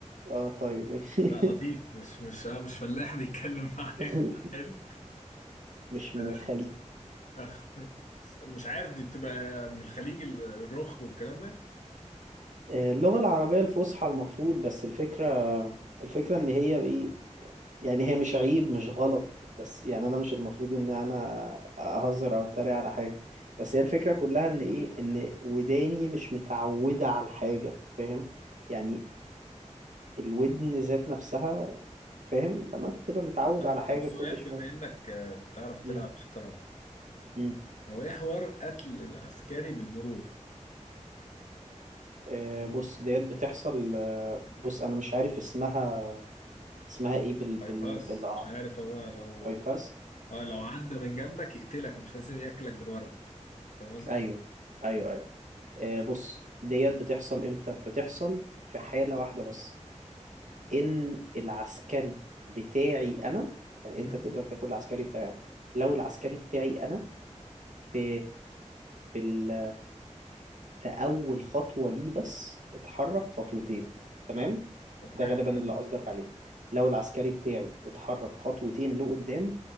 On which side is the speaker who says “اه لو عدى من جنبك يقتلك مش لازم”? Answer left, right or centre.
Left